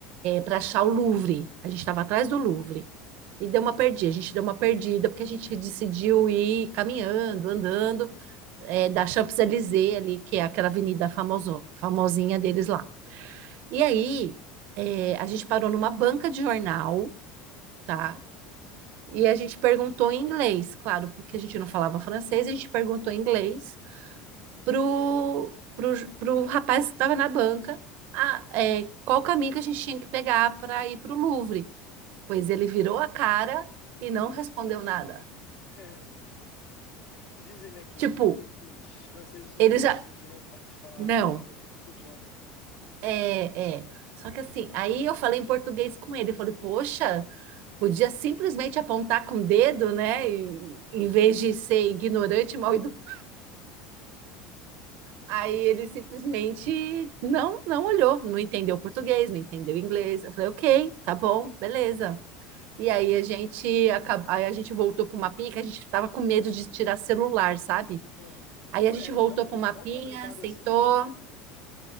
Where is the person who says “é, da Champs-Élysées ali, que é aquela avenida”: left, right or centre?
Right